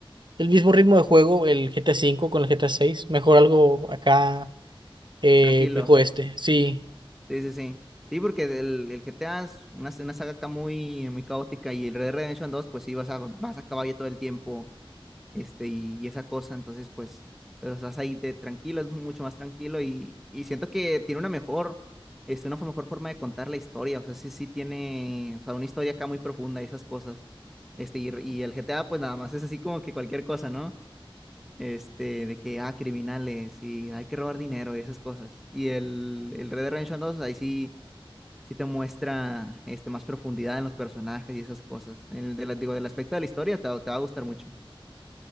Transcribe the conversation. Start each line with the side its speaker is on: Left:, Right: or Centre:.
Right: el mismo ritmo de juego el GT5 con el gt seis Mejor algo acá eh,
Centre: Más tranquilo.
Right: viejo este. Sí,
Centre: Sí, sí, sí. Sí, porque el, el GTA es una, una saga acá muy, muy caótica y el Red Dead Redemption dos pues sí, vas a, vas a caballo todo el tiempo, este, y, y esa cosa, entonces, pues, pues estás ahí de tranquilo, es mucho más tranquilo y, y siento que tiene una mejor, este, una mejor forma de contar la historia, o sea, sí, sí tiene, o sea, una historia acá muy profunda y esas cosas, este, y, y el GTA, pues nada más es así como que cualquier cosa, ¿no? Este, de que, ah, criminales y hay que robar dinero y esas cosas. Y el, el Red Dead Redemption 2, ahí sí, sí te muestra este, más profundidad en los personajes y esas cosas. En el de la- digo, del aspecto de la historia te, va te va a gustar mucho.